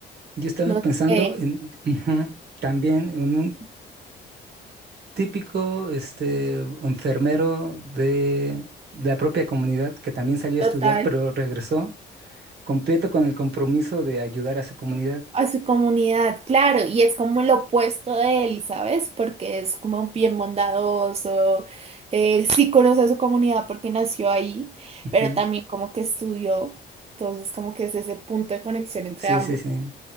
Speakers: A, on the right; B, on the right.
A: Yo estaba
B: No
A: pensando
B: sé,
A: en ujú, también en un típico este, enfermero de la propia comunidad que también salió a
B: total,
A: estudiar, pero regresó completo con el compromiso de ayudar a su comunidad.
B: a su comunidad, claro, y es como el opuesto de él, ¿sabes? Porque es como bien bondadoso, eh, sí conoce a su comunidad porque nació ahí,
A: Ujú.
B: pero también como que estudió, entonces como que es ese punto de conexión entre
A: Sí,
B: ambos.
A: sí, sí.